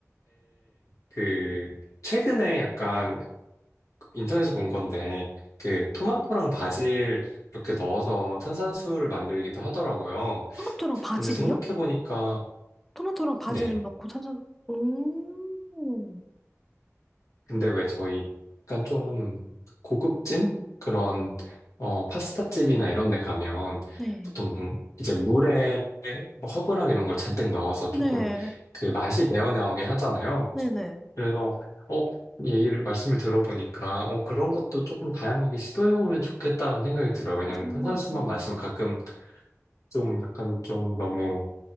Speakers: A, on the left; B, in the centre.
A: 그, 최근에 약간 인터넷에서 본 건데, 그 토마토랑 바질 이렇게 넣어서 탄산수를 만들기도 하더라고요.
B: 토마토랑 바질이요?
A: 근데 생각해보니까,
B: 토마토랑 바질을
A: 네.
B: 넣고 탄산, 오,
A: 근데 왜 저희 약간 좀 고급진 그런 어 파스타집이나 이런 데 가면
B: 네.
A: 보통 이제 물에 뭐 허브랑 이런 걸 잔뜩 넣어서 조금
B: 네,
A: 그 맛이 배어나오게 하잖아요.
B: 네네.
A: 그래서 어 얘기를 말씀을 들어보니까 어 그런 것도 조금 다양하게 시도해 보면 좋겠다는 생각이 들어요. 왜냐면
B: 정말
A: 탄산수만
B: 그러네.
A: 마시면 가끔 좀 약간 좀 너무